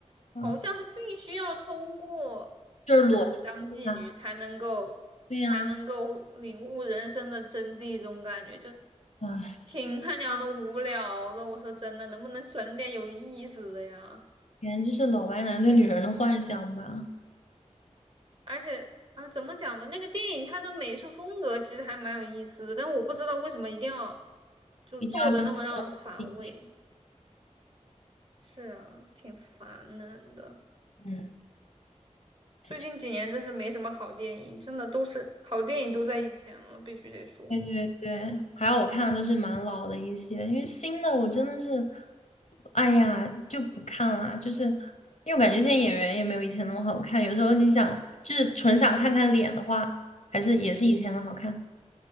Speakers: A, on the left (about 70°); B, on the right (about 45°).
A: 嗯，
B: 好像是必须要通过就是当妓女才能够才能够领悟人生的真谛，
A: 就是裸戏啊，对呀、啊，
B: 这种感觉就
A: 哎
B: 挺他娘的无聊的。我说真的，能不能整点有意思的呀？
A: 简直就是老白男对女人的幻想吧，
B: 而且啊，怎么讲呢？那个电影它的美术风格其实还蛮有意思的，但我不知道为什么一定要就做的那么让人反胃。
A: 一定要用裸戏，
B: 是啊，挺烦人的。
A: 嗯，还是
B: 最近几年真是没什么好电影，真的都是好电影都在以前了，必须得说。
A: 对对对，还有我看的都是蛮老的一些，因为新的我真的是，哎呀就不看了，就是因为我感觉现在演员也没有以前那么好看，有时候你想就是纯想看看脸的话，还是也是以前的好看。